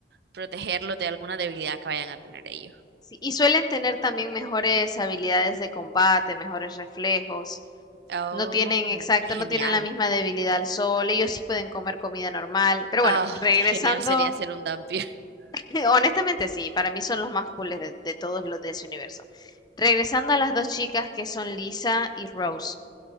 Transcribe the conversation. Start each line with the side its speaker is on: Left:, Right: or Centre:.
Right: protegerlos de alguna debilidad que vayan a tener ellos.
Left: Sí, y suelen tener también mejores habilidades de combate, mejores reflejos.
Right: Oh,
Left: No tienen, exacto,
Right: qué genial.
Left: no tienen la misma debilidad al sol, ellos sí pueden comer comida normal. Pero bueno,
Right: Oh,
Left: regresando,
Right: qué genial sería ser un vampiro. <laughs>
Left: <laughs> honestamente sí, para mí son los más cooles de, de todos los de ese universo. Regresando a las dos chicas que son Lisa y Rose.